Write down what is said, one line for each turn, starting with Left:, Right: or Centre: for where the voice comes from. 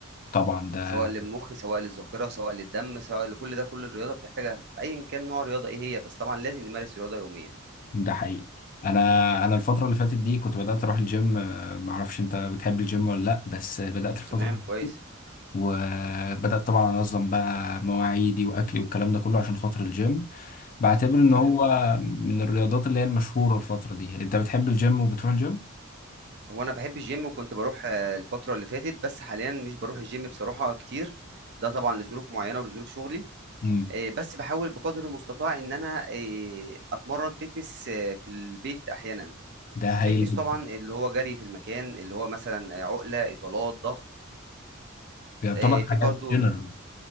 Left: فطبعا ده
Right: سواء للمخ سواء للذاكره سواء للدم سواء لكل ده كل الرياضه بتحتاجها ايا كان نوع الرياضه ايه هي بس طبعا لازم نمارس رياضه يوميا
Left: ده حقيقي انا انا الفتره اللي فاتت دي كنت بدات اروح الجيم آه، ما اعرفش انت بتحب الجيم ولا لا بس بدات الفتره
Right: تمام
Left: اللي
Right: كويس
Left: فاتت وبدات طبعا انظم بقى مواعيدي واكلي والكلام ده كله عشان خاطر الجيم بعتبر ان
Right: تمام
Left: هو من الرياضات اللي هي المشهوره الفتره دي انت بتحب الجيم وبتروح الجيم
Right: هو انا بحب الجيم وكنت بروح آه، الفتره اللي فاتت بس حاليا مش بروح الجيم بصراحه كتير ده طبعا لظروف معينه ولظروف شغلي
Left: امم
Right: آه، بس بحاول بقدر المستطاع ان انا آه، اتمرن فيتنس آه، في البيت احيانا
Left: ده هايل
Right: فيتنس
Left: جدا
Right: طبعا اللي هو جري في المكان اللي هو مثلا آه، عقله اطالات ضغط
Left: يعتبر
Right: آه، في
Left: حاجات
Right: برضو
Left: جنرال